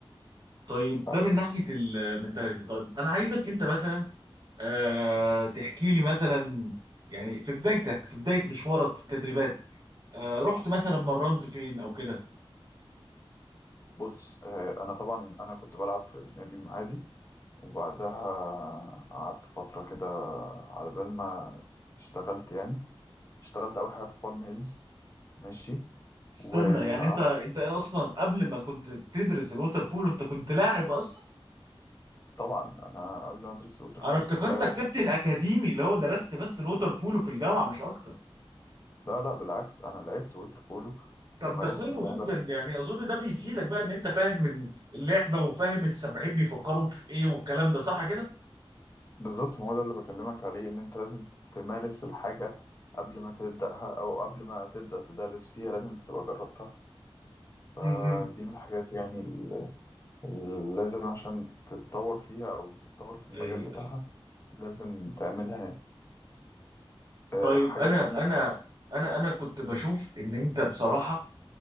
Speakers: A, on the right; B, on the left.
A: طيب
B: آه،
A: ده من ناحيه المنتاليتي طيب انا عايزك انت مثلا آه تحكي لي مثلا يعني في بدايتك في بدايه مشوارك في التدريبات آه رحت مثلا مرنت فين او كده
B: بص آه، أنا طبعا أنا كنت بلعب في نادي عادي وبعدها قعدت فترة كده على بال ما اشتغلت يعني اشتغلت أول حاجة في بالم هيلز ماشي
A: استنى
B: وقعدت
A: يعني انت انت اصلا قبل ما كنت تدرس الووتر بولو انت كنت لاعب اصلا
B: طبعا أنا قبل ما أدرس الوتر
A: انا
B: بولو
A: افتكرتك
B: كنت لاعب ووتر
A: كابتن
B: بولو
A: اكاديمي اللي هو درست بس الووتر بولو في الجامعه مش اكتر
B: لا لا بالعكس أنا لعبت ووتر بولو
A: طب
B: ومارست
A: ده حلو
B: اللعبة
A: جدا يعني اظن ده بيفيدك بقى ان انت فاهم ال- اللعبه وفاهم السبعين بيفكروا في ايه والكلام ده صح كده؟
B: بالظبط ما هو ده اللي بكلمك عليه إن أنت لازم تمارس الحاجة قبل ما تبدأها أو قبل ما تبدأ تدرس فيها لازم أنت تبقى جربتها فدي
A: مهم.
B: من الحاجات يعني اللي لازم عشان تتطور فيها أو تتطور في المجال
A: ايوه
B: بتاعها لازم تعملها يعني. آه،
A: طيب
B: حاجة
A: انا
B: تانية
A: انا انا انا كنت بشوف ان انت بصراحه